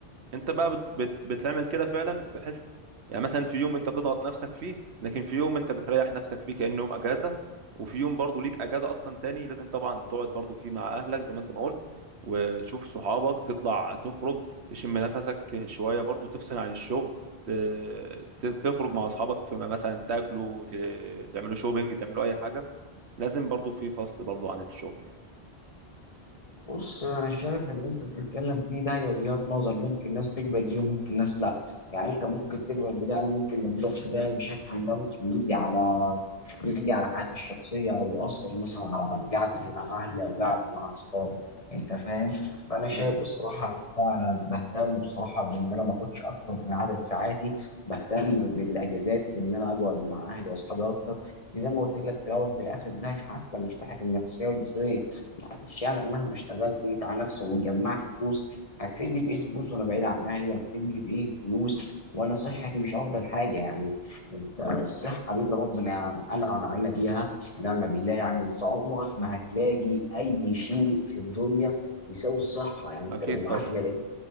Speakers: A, on the right; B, on the left.
A: انت بقى بت بت بتعمل كده فعلا بحيث يعني مثلا في يوم انت بتضغط نفسك فيه لكن في يوم انت بتريح نفسك فيه كأنه يوم اجازة وفي يوم برضه ليك اجازة اصلا تاني لازم طبعا تقعد برضه فيه مع اهلك زي ما انت ما قلت وتشوف صحابك تطلع تخرج تشم نفسك شوية برضه تفصل عن الشغل ت- ت- تخرج مع اصحابك في مثلا تاكلوا ت- تعملوا شوبينج تعملوا اي حاجة لازم برضه في فصل برضه عن الشغل يعني
B: بص انا شايف ان انت بتتكلم فيه ده هي وجهات نظر ممكن ناس تقبل بيه وممكن ناس لا يعني انت ممكن تقبل بده انا ممكن ما اقدرش ده مش هفهم ده ممكن يجي على يجي على حياتي الشخصيه او ياثر مثلا على قعدتي مع اهلي او قعدتي مع اصحابي انت فاهم فانا
A: مم.
B: شايف بصراحه إن انا بهتم بصراحه بان انا ما اخدش اكتر من عدد ساعاتي بهتم بالاجازات بان انا اقعد مع اهلي واصحابي اكتر زي ما قلت لك في الاول وفي الاخر ده هيحسن من صحتي النفسيه والجسديه معلش يعني أنا مهما اشتغلت وجيت على نفسي وجمعت فلوس هتفيدني بإيه فلوس وأنا بعيد عن أهلي هتفيدني بإيه فلوس وأنا صحتي مش أفضل حاجة يعني أنت الصحة دي اللي ربنا أنعم علينا بيها ونعم بالله يعني أنت عمرك ما هتلاقي أي شيء في الدنيا يساوي الصحة يعني
A: اكيد
B: أنت لو معاك
A: طبعا
B: ملايين